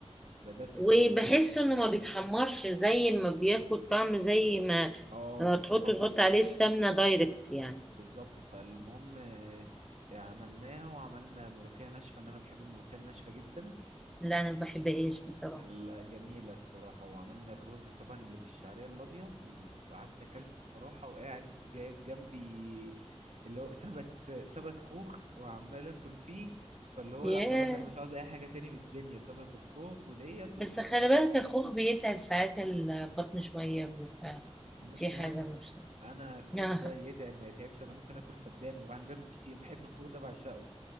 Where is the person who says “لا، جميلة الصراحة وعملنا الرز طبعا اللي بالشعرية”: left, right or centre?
Right